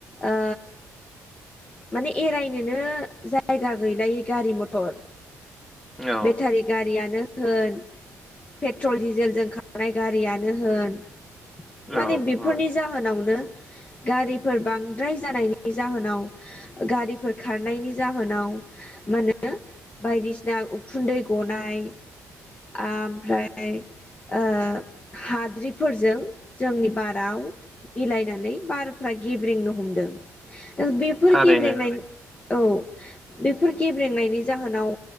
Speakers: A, on the left; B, in the centre.
A: ओ माने एरायनोनो जायगा गैलायि गारि मथर
B: औ
A: बेटारि गारि गारियनो होन पेट्रल डिजेलजों खारनाय गारियानो होन माने
B: औ
A: बेफोरनि
B: औ
A: जाहोनावनो गारिफोर बांद्राय जानायनि जाहोनाव गारिफोर खारनायनि जाहोनाव मा होनो बायदिसिना उखुन्दै गनाय ओमफ्राय ओ हाद्रिफोरजों जोंनि बाराव मिलायनानै बारफ्रा गेब्रेंनो हमदों बेफोर
B: थारैनो
A: गेब्रेंनायनि औ बेफोर गेब्रेंनायनि जाहोनाव